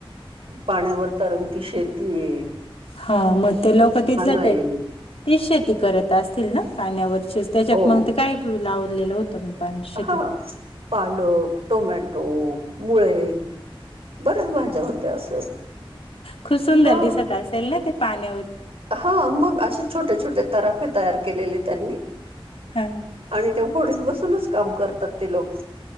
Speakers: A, on the right; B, on the left.
A: पाण्यावर तरंगती शेतीये.
B: हा मग ते लोक तिथले
A: आहेत
B: ते तीच शेती करत असतील ना पाण्यावरचेच त्याच्यात
A: हो
B: मग ते काय लावलेलं होतं मग? पाणी शेतीत
A: हा. पालक, टोमॅटो, मुळे बऱ्याच भाज्या होत्या असं.
B: खूप सुंदर
A: ह.
B: दिसत असेल ना ते पाण्यावर?
A: हा मग असे छोटे छोटे तराफे तयार केलेले त्यांनी.
B: हा.
A: आणि त्या होडीत बसूनच काम करतात ते लोक.